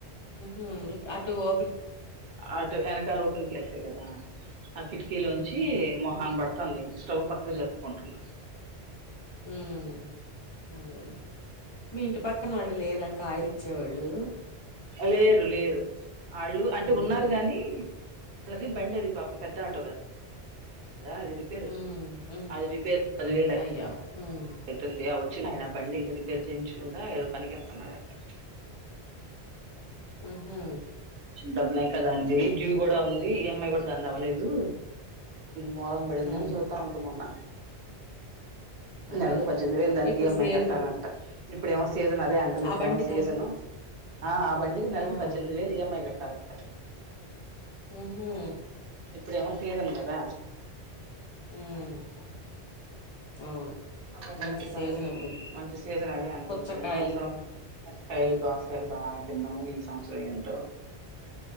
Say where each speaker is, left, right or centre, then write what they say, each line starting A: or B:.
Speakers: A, on the left (about 40°); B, on the right (about 60°).
A: ఉహు అటు ఓ
B: అటు వెనకాల ఓపెన్ ప్లేసే కదా ఆ కిటికీలోంచి
A: ఉహు
B: మొహాన్ పడుతంది ఇంక స్టవ్ పక్కకు జరుపుకుంటున్నా
A: మ్ అదేలే మీ ఇంటి పక్కన వాళ్ళు లేరా కాయలి ఇచ్చేవాళ్ళు
B: లేరు లేరు వాళ్ళు అంటే
A: ఉమ్
B: ఉన్నారు గాని అది బండ్ అది పాప పెద్ద ఆటో కాదు అదా అది రిపేర్
A: ఉమ్ ఉమ్
B: అది రిపేర్ పదివేలు
A: అయ్యో ఉమ్
B: అవుతుంది వచ్చిన అయినా బండి ఇంకా రిపేర్ చేయించకుండా ఏదో పనికి వెళ్తున్నారంట
A: ఉహు
B: డబ్బులు ఇంకా దండి డ్యు
A: ఉమ్
B: కూడా ఉంది ఈఎంఐ కూడా దాండి అవ్వలేదు మోహన్ పడింది
A: ఉమ్
B: అని చవతా ఉంది మొన్న
A: అయ్యో
B: నెలకు పద్దెనిమిది వేలు దానికి
A: ఇప్పుడు
B: ఈఎంఐ
A: సీజన్
B: కట్టాలంట ఇప్పుడేమో సీజన్ అదే అంట ఇప్పుడేమో
A: ఆ బండికా
B: సీజన్ ఆ ఆ బండికి నెలకి
A: ఆ
B: పద్దెనిమిది వేలు ఈఎంఐ క చాలంట
A: ఉహు
B: ఇప్పుడమో సీజన్ గదా
A: మ్ అవును
B: అబండి
A: మంచి
B: ఏమో కలగతులేదు
A: సీజన్ అప్పుడు
B: మంచి సీజన్ అదే అంటుంది
A: పుచ్చకాయలు
B: పోయిన సంవత్సరం పిచ్చి కాయలు దోస కాయలు బాగా తిన్నాం ఈ సంవత్సరం ఎమ్